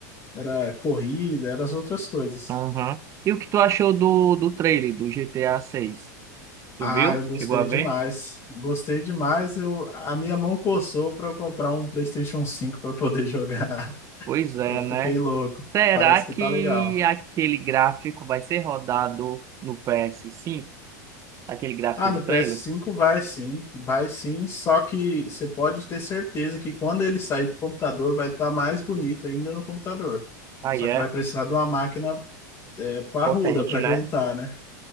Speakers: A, on the left (about 25°); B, on the right (about 30°).
A: Era corrida, eram as outras coisas.
B: aham. E o que tu achou do, do trailer do GTA VI?
A: Ah,
B: Tu viu?
A: eu gostei
B: Chegou a ver?
A: demais. Gostei demais. Eu, a minha mão coçou para eu comprar um PlayStation 5 para poder <laughs> jogar.
B: Pois é,
A: Eu fiquei
B: né?
A: louco.
B: Será
A: Parece que
B: que
A: tá legal.
B: aquele gráfico vai ser rodado no PS5? Aquele gráfico
A: Ah, no
B: do
A: ps
B: trailer?
A: cinco vai sim, vai sim, só que você pode ter certeza que quando ele sair pro computador vai estar mais bonito ainda no computador.
B: Aí
A: Só que
B: é
A: vai precisar de uma máquina é, parruda
B: potente,
A: para aguentar,
B: né?
A: né?